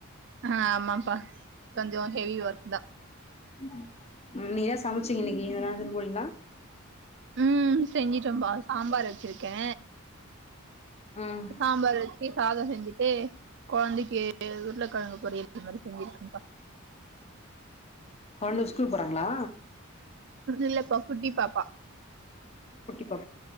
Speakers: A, on the right; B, on the left.
A: ஆ ஆமாப்பா கொஞ்சோ ஹெவி ஒர்க் தா
B: ம் இனைக்கி என்ன சமச்சீங்க இனைக்கி என்னாது எடுத்துட்டு போனீங்களா
A: ம் செஞ்சுட்டோம்ப்பா சாம்பார் வச்சிருக்கே
B: ம்
A: சாம்பார் வச்சு சாதம் செஞ்சுட்டு கொழந்தைக்கு உருள கிழங்கு பொரியல் இது மாதிரி செஞ்சிருக்கப்பா
B: கொழந்த ஸ்கூல் போறாங்களா
A: இல்லப்பா குட்டி பாப்பா
B: குட்டி